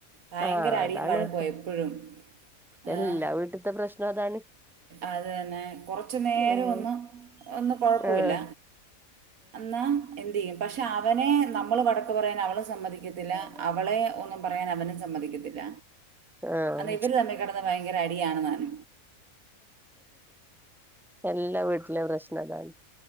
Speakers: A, on the right (about 80°); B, in the centre.
A: ഭയങ്കര
B: ആഹ്
A: അടിയും
B: അതാണ്
A: വഴക്കുവ എപ്പഴും. ഏഹ്
B: എല്ലാ വീട്ട്ത്തെ പ്രശ്നം അതാണ്
A: അത് തന്നെ കൊറച്ചു നേരം
B: ഉം
A: ഒന്ന് ഒന്നും കൊഴപ്പവില്ല
B: ആഹ്
A: ന്നാ എന്ത് ചെയ്യും പക്ഷെ അവനെ നമ്മൾ വഴക്കു പറയാൻ അവള് സമ്മതിക്കത്തില്ല.
B: ഉം
A: അവളെ ഒന്നും പറയാൻ അവനും സമ്മതിക്കത്തില്ല.
B: ആഹ്
A: അന്നാ ഇവരു തമ്മിക്കെടന്നു ഭയങ്കരടിയാണ്താനും.
B: എല്ലാ വീട്ടിലേം പ്രശ്നം അതാണ്